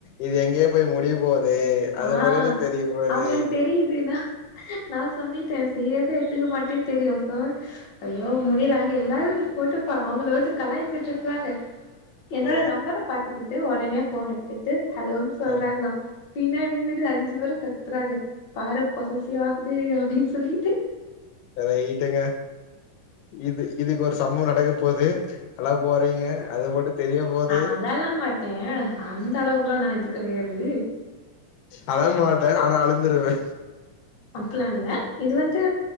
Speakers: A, on the left; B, on the left.
A: இது எங்கேயோ போய் முடிய போது அது மட்டு
B: ஆ
A: எனக்கு தெரிய போது
B: அவங்களுக்கு தெரியுதுன்னா நா சொன்னிட்டே சீரியஸா எடுத்துக்க மாட்டேன்னு தெரியு சோ ஐயோ முடியல அங்க எல்லாரு போட்டு பா அவங்கள வந்து கலாய்சிட்டு இருக்குறாங்க என்னோட
A: ஆ
B: நம்பர பாத்துக்கிட்டு உடனே போன் எடுத்துட்டு ஹலோன்னு சொல்றாங்களா
A: ஆ
B: பின்னாடி இருந்துட்டு அஞ்சு பேரும் கத்துறாங்க பாரு பொசசிவ் ஆகுது அப்டின்னு சொல்லிட்டு
A: ரைட்டுங்க இது இதுக்கு ஒரு சம்பவம் நடக்க போது அழ போறீங்க அது மட்டு தெரிய போது
B: அழல்லா மாட்ட அந்த அளவுக்குல்லா நா இது கிடையாது
A: அழ மாட்ட ஆனா அழுந்துருவே
B: அப்ல்லா இல்ல இது வந்து